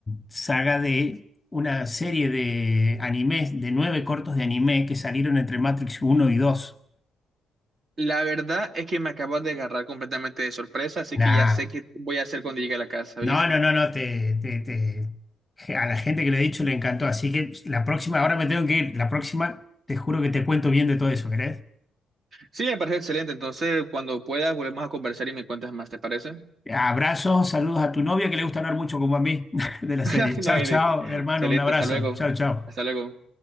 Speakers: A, on the left; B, on the right.
A: saga de una serie de animes, de nueve cortos de anime que salieron entre Matrix uno y 2.
B: La verdad es que me acabas de agarrar completamente de sorpresa, así
A: Nah.
B: que ya sé qué voy a hacer cuando llegue a la casa, ¿viste?
A: No, no, no, no, te, te, te- a la gente que le he dicho le encantó, así que la próxima, ahora me tengo que ir, la próxima te juro que te cuento bien de todo eso, ¿querés?
B: Sí, me parece excelente. Entonces, cuando puedas, volvemos a conversar y me cuentas más, ¿te parece?
A: Abrazos, saludos a tu novia que le gusta hablar mucho como a mí <laughs> de la
B: <laughs>
A: serie. Chao,
B: No hay
A: chao,
B: de qué.
A: hermano,
B: Excelente,
A: un abrazo.
B: hasta luego.
A: Chao, chao.
B: Hasta luego.